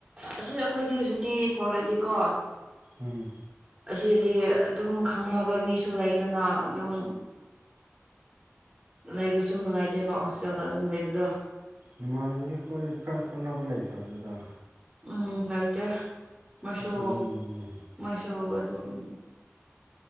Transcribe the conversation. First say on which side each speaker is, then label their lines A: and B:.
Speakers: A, on the right (about 25°); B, on the right (about 70°).
A: ꯑꯁꯤ ꯑꯩꯈꯣꯏꯗꯤ ꯁꯨꯇꯤ ꯊꯂꯛꯏꯗꯤꯀꯣ
B: ꯎꯝ꯫
A: ꯑꯁꯤꯗꯤ ꯑꯗꯨꯝ ꯈꯪꯅꯕ ꯃꯤꯁꯨ ꯂꯩꯇꯅ ꯑꯗꯨꯝ ꯂꯩꯕꯁꯨ ꯅꯨꯡꯉꯥꯏꯇꯦꯕ ꯍꯣꯁꯇꯦꯜꯗ ꯑꯗꯨꯝ ꯂꯩꯕꯗꯣ
B: ꯅꯃꯥꯟꯅꯕ ꯑꯩꯈꯣꯏ ꯈꯔ ꯈꯪꯅꯕ ꯂꯩꯇ꯭ꯔꯣ ꯑꯗꯨꯗ
A: ꯎꯝ ꯂꯩꯥꯏꯇꯦ ꯃꫭꯏꯁꯨ
B: ꯑꯁ ꯑꯗꯨꯒꯤꯅꯤꯅꯦ
A: ꯃꫭꯏꯁꯨ ꯑꯗꯨꯝ